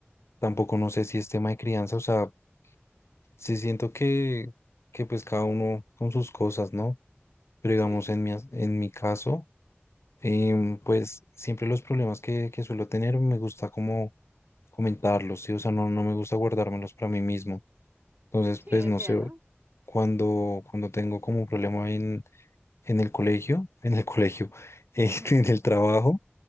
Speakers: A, on the left (about 75°); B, on the right (about 45°).
A: tampoco no sé si es tema de crianza, o sea, sí siento que, que pues cada uno con sus cosas, ¿no? Pero digamos,
B: Sí,
A: en mi, as- en mi caso, em, pues siempre los problemas que, que suelo tener me gusta como comentarlos, ¿sí? O sea, no, no me gusta guardármelos para mí mismo. Entonces,
B: sí,
A: pues
B: entiendo.
A: no sé, cuando, cuando tengo como un problema en, en el colegio, <laughs> en el colegio, <laughs> eh,
B: <laughs>
A: en el trabajo,